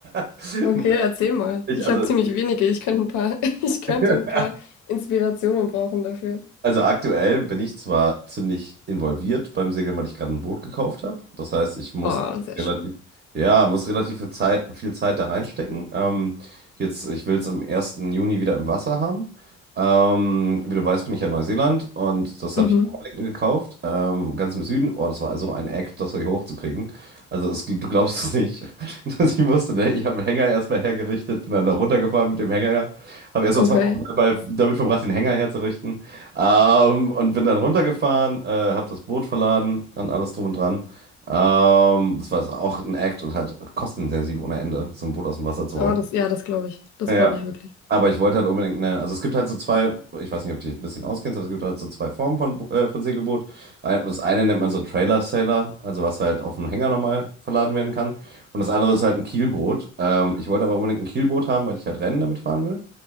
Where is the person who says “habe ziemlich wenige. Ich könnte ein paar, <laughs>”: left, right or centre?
Left